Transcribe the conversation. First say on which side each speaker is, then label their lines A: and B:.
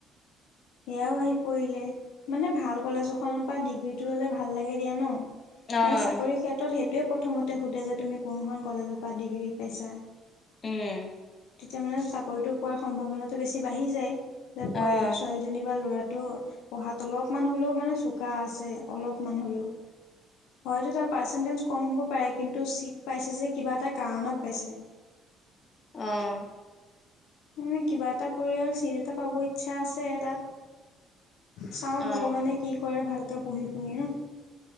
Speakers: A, on the left; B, on the left.
A: সেয়াও আহি পৰিলে, মানে ভাল কলেজ এখনৰ পৰা ডিগ্ৰীটো ললে ভাল লাগে দিয়া ন?
B: অঁ
A: মানে চাকৰি ক্ষেত্ৰত সেইটোৱে প্ৰথম সোধে যে তুমি কোনো কলেজৰ পৰা ডিগ্ৰী পাইছা।
B: উম।
A: তেতিয়া মানে চাকৰিতটো পোৱাৰ সম্ভাৱনাটো বেছি বাঢ়ি যায়, যে পোৱা
B: অঁ
A: কিবা ল'ৰাতটো, পঢ়াত অলপমান হলেও মানে চোকা আছে অলপমান হ'লেও। হয় টো তাৰ পাৰ্চেণ্টিগ কম হব পাৰে, কিন্তু চিত পাইছে যে হয়তো কিবা কাৰণত পাইছে।
B: অহ।
A: মে কিবা এটা কৰি আৰু চিট এটা পাব ইচ্ছা আছে তাত। চাওঁ
B: অঁ
A: ভগৱানে কি কৰে ভালকে পঢ়ি শুনি ন।